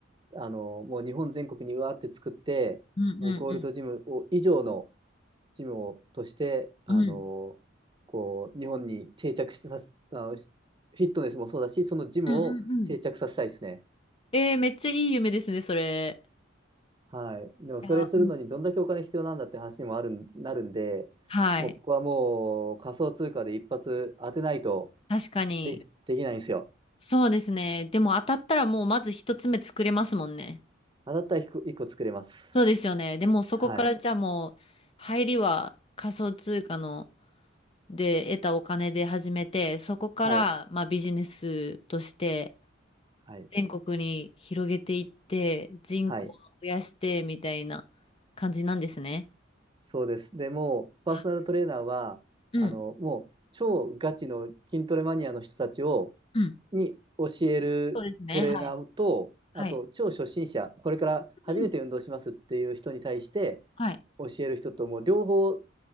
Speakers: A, on the right; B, on the left.
A: あのもう日本全国にうわーって作って、
B: うんうん
A: もうゴールドジムを以上の、チームをとして、あの、
B: うんうん。
A: こう、日本に定着してさせ、あの、しフィットネスもそうだし、そのジムを定着させたいですね。
B: うんうんうん。えー、めっちゃいい夢ですね、それ。
A: はい。でも、それするのにどんだけお金必要なんだって話にもあるん、
B: いや、うん
A: なるんで、
B: はい。
A: もうここはもう仮想通貨で一発当てないと
B: 確かに。
A: で、できないんですよ。
B: そうですね。でも当たったらもうまず一つ目作れますもんね。
A: 当たったら一個一個作れます。
B: そうですよね。でもそこからじゃあもう入りは仮想通貨の
A: はい。
B: で得たお金で始めて、そこからまあビジネスとして
A: はい。はい。
B: 全国に広げていって人口を増やしてみたいな感じなんですね。
A: はい。そうです。でもう、パーソナルトレーナーは、
B: あうん、
A: あの、もう、超ガチの筋トレマニアの人たちを、
B: うん。
A: に教えるトレーナーと、
B: そうですね。はい。はい。
A: あと超初心者、これから初めて運動しますっていう人に対して
B: うん。はい。
A: 教える人ともう両方